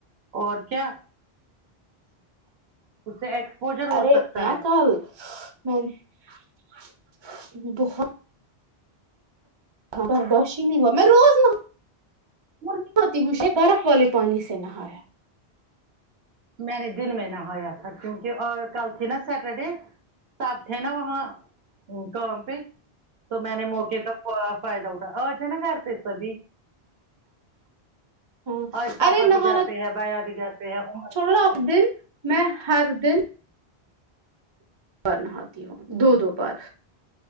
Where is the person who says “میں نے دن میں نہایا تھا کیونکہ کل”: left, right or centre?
Right